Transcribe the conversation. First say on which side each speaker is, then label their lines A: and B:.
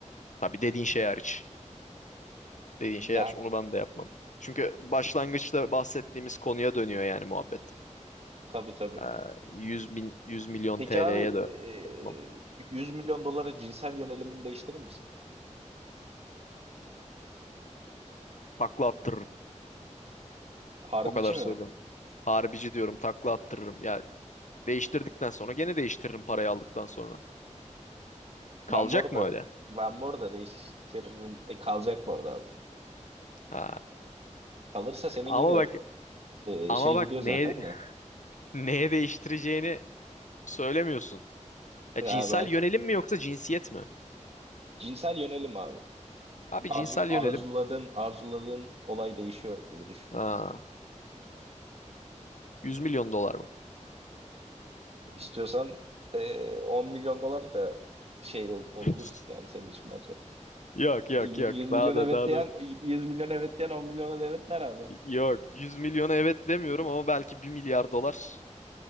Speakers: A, on the left; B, on the right.
A: Tabii dediğin şey hariç. Dediğin
B: Yani
A: şey hariç onu ben de yapmam. Çünkü başlangıçta bahsettiğimiz konuya dönüyor yani muhabbet.
B: tabii tabii.
A: Ee, 100 bin 100 milyon
B: Peki
A: TL'ye
B: abi
A: de yapmam.
B: e, 100 milyon dolara cinsel yönelimini değiştirir misin?
A: Takla attırırım.
B: Harbici
A: O kadar
B: mi?
A: söylüyorum. Harbici diyorum takla attırırım. Ya değiştirdikten sonra gene değiştiririm parayı aldıktan sonra. Kalacak
B: Ben bu arada
A: mı öyle?
B: ben bu arada değiştiririm. E, kalacak bu arada abi.
A: Ha,
B: Kalırsa senin
A: ama
B: yine
A: bak
B: e,
A: ama
B: şey
A: bak
B: gidiyor
A: neye
B: zaten
A: <laughs>
B: de.
A: neye değiştireceğini söylemiyorsun. Ya
B: Ya
A: cinsel
B: belki.
A: yönelim mi yoksa cinsiyet mi?
B: Cinsel yönelim abi.
A: Abi
B: Arzu,
A: cinsel
B: arzuladığın
A: yönelim.
B: arzuladığın olay değişiyor gibi düşün.
A: Ha, 100 milyon dolar mı?
B: İstiyorsan eee 10 milyon dolar da şey ol, ol-
A: <laughs>
B: olur yani senin için bence.
A: Yok yok
B: E, Y-
A: yok.
B: 100 milyon
A: Daha da
B: evet
A: daha
B: diyen
A: da.
B: 100 milyon evet diyen 10 milyona da evet der abi.
A: Yok 100 milyona evet demiyorum ama belki bir milyar dolar